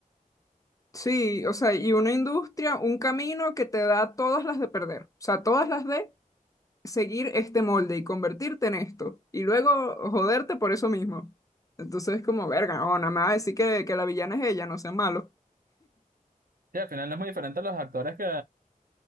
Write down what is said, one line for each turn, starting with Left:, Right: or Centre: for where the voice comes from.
Left: Sí, o sea, y una industria, un camino que te da todas las de perder, o sea, todas las de seguir este molde y convertirte en esto y luego joderte por eso mismo. Entonces es como, verga, no, nada más decir que, que la villana es ella, no sea malo.
Right: Y al final no es muy diferente a los actores que,